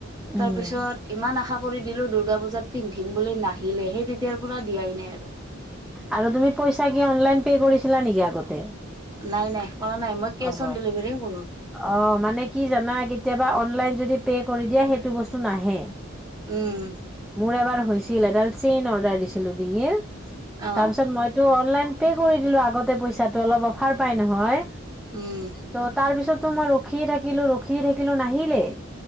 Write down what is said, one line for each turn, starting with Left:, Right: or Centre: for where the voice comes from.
Right: তাৰপিছত,
Centre: উম
Right: ইমান আশা কৰি দিলো দূৰ্গা পূজাত পিন্ধিম বুলি নাহিলে। সেই তেতিয়াৰ পৰা দিয়াই নাই আৰু।
Centre: আৰু তুমি পইচা কি অনলাইন পে কৰিছিলা নেকি আগতে?
Right: নাই, নাই কৰা নাই, মই কেচ
Centre: অ
Right: অন ডেলিভাৰীয়ে কৰো।
Centre: অ' মানে কি জানা, কেতিয়াবা অনলাইন যদি পে কৰি দিয়ে। সেইটো বস্তু নাহে।
Right: উম
Centre: মোৰ এবাৰ হৈছিল এডাল চেইন অৰ্ডাৰ দিছিলো ডিঙিৰ,
Right: অ
Centre: তাৰপিছত মই। টো, অনলাইন পে কৰি দিলো আগতে পইচাতো অলপ অফাৰ পাই নহয়।
Right: উম
Centre: তৌ তাৰ পিছতো মই ৰখিয়ে থাকিলো ৰখিয়ে থাকিলো নাহিলে,